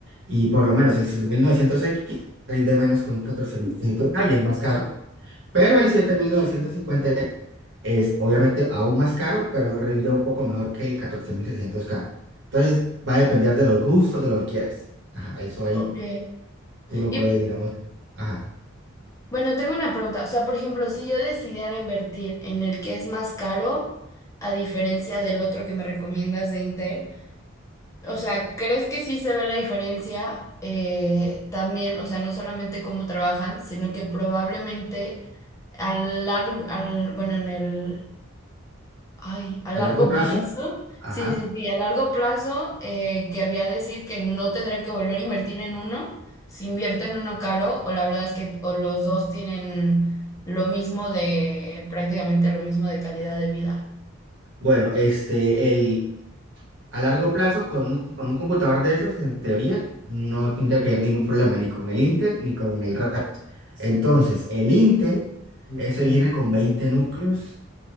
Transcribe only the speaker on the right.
Y por lo menos el siete mil novecientos x rinde menos que un 14500K y es más caro. Pero el 7950 es obviamente aún más caro, pero rinde un poco mejor que el catorce mil seiscientos k Entonces va a depender de los gustos, de lo que quieras. Ajá, eso ahí
tú lo
puedes, digamos, ajá,
a
largo plazo.
Ajá.
Bueno, este, el, A largo plazo, con un, con un computador de esos, en teoría, no tendría que haber ningún problema ni con el Intel ni con el RAM. Entonces, el Intel, ese viene Mm, con 20 núcleos.